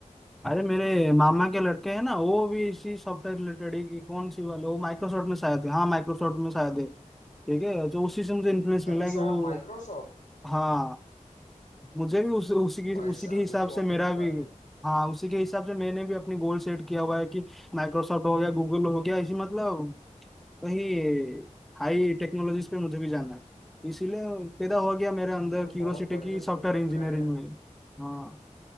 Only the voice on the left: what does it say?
अच्छा
माइक्रोसॉफ्ट
भाई
साहब
ये तो बहुत
अच्छी बात
है
तो बहुत
बढ़िया
सोच रखा
है यार